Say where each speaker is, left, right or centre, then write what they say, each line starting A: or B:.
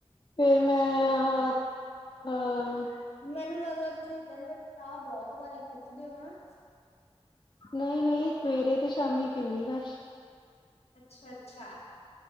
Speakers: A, on the left; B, on the left.
A: ਫਿਰ ਮੈਂ ਹ ਆਂ
B: ਮੈਨੂੰ ਲੱਗਦਾ ਤੁਸੀਂ ਦਿਨ ਚਾਹ ਬੋਤ ਵਾਰੀ ਖਿੱਚਦੇ ਹੋ ਨਾ।
A: ਨਈ ਨਈ ਸਵੇਰੇ ਤੇ ਸ਼ਾਮੀ ਪੀਣੀ ਬਸ
B: ਅੱਛਾ-ਅੱਛਾ